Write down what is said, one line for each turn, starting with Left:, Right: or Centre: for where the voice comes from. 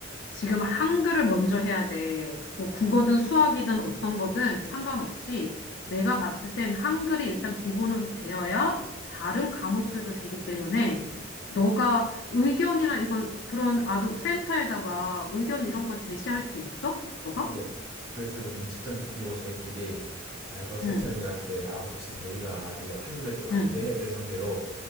Left: 지금 한글을 먼저 해야 돼. 뭐 국어든 수학이든 어떤 거든 상관없이 내가 봤을 땐 한글이 일단 기본으로 되어야 다른 과목들도 되기 때문에 너가 의견이나 이건 그런 아동 센터에다가 의견 이런 걸 제시할 수 있어? 너가?
Right: 네. 그래서 이거 문제점 느끼고 저희끼리 아 이거 센터장님한테
Left: 응,
Right: 아 혹시 저희가 이거 한글 좀 안
Left: 응,
Right: 되는 애들 상대로